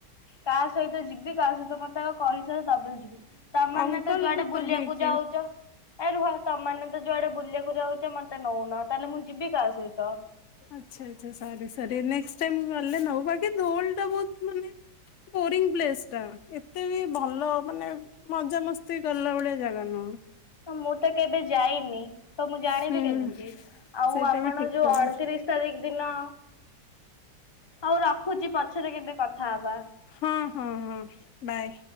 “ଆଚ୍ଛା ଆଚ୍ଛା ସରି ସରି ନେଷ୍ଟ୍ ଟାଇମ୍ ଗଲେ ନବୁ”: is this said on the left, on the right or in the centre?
Left